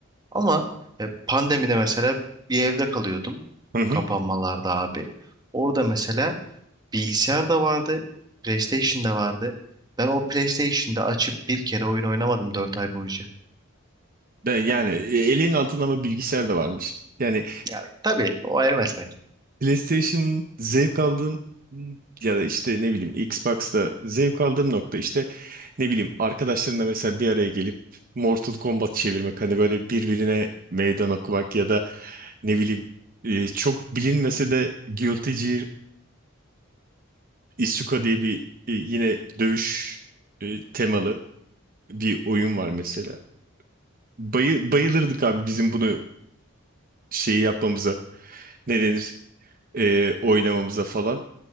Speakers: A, on the right; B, on the right.
A: Ama e, pandemide mesela bir evde kalıyordum
B: Hı hı.
A: kapanmalarda abi. Orada mesela bilgisayar da vardı, PlayStation da vardı. Ben o PlayStation'da açıp bir kere oyun oynamadım 4 ay boyunca.
B: Ben yani e, elin altında ama bilgisayar da varmış. Yani
A: Ya tabii o ayrı mesele.
B: PlayStation zevk aldığım ya da işte ne bileyim Xbox'ta zevk aldığım nokta işte ne bileyim arkadaşlarımla mesela bir araya gelip Mortal Kombat çevirmek hani böyle birbirine meydan okumak ya da ne bileyim e, çok bilinmese de Guilty Gear Isuka diye bir e, yine dövüş e, temalı bir oyun var mesela. Bayı, bayılırdık abi bizim bunu şeyi yapmamıza ne denir e, oynamamıza falan.